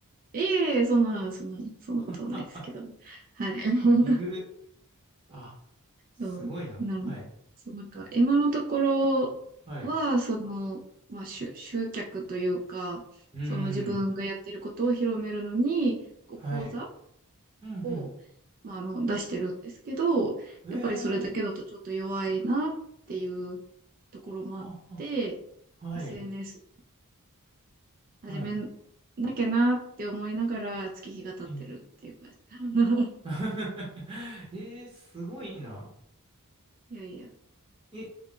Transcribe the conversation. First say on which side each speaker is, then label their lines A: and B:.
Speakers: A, on the right; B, on the right.
A: いえいえ、そんな、そんな、そんなことはないですけど。
B: <laughs>
A: はい。<laughs>
B: えぐ。あ、すごいな。
A: そう、なの、
B: はい。
A: そう、なんか、今のところは、
B: はい。
A: その、まあ、集、集客というか、
B: うー
A: その自分がやってることを広めるのに、
B: ん。
A: こう、
B: はい。
A: 講座
B: うん、
A: を、まあ、あの、出してるんですけど、
B: うん。
A: やっぱりそれだけだとちょっと弱いなっていう
B: えー。
A: ところもあって、
B: はあはあはい。
A: SNS 始め
B: はい。
A: なきゃなって思いながら月日が経ってるっていう感じ。
B: え
A: <laughs>
B: <laughs> えー、すごいな。
A: いやいや。
B: え、